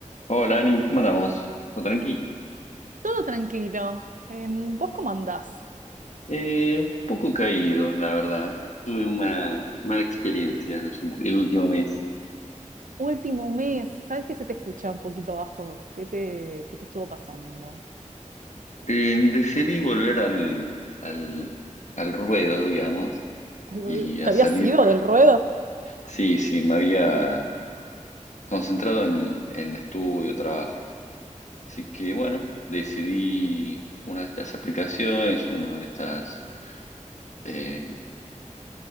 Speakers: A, on the left (about 65°); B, on the right (about 80°).
A: Hola, Arin, ¿cómo andamos? ¿Todo tranqui?
B: Todo tranquilo. Em, ¿vos cómo andás?
A: Eh, un poco caído, la verdad. Tuve una mala experiencia los ul- el último mes.
B: Último mes, sabes que se te escucha un poquito bajo? ¿Qué te, qué te estuvo pasando?
A: Eh, decidí volver al, al, al ruedo, digamos,
B: ¿Algo
A: y
B: de-
A: a
B: ¿Te habías
A: salir.
B: ido del ruedo?
A: Sí, sí, me había concentrado en, en estudio, trabajo. Así que, bueno, decidí una de estas aplicaciones, una de estas, eh,